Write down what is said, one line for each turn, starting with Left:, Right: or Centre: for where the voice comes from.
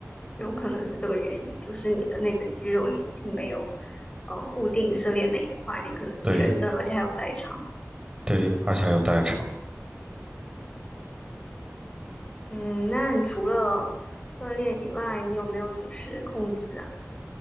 Left: 有可能是这个原因，就是你的那个肌肉你并没有呃固定是练那一块，你可能是全身，
Right: 对
Left: 而且还有代偿。
Right: 对，而且还有代偿。
Left: 嗯，那你除了锻炼以外，你有没有饮食控制啊？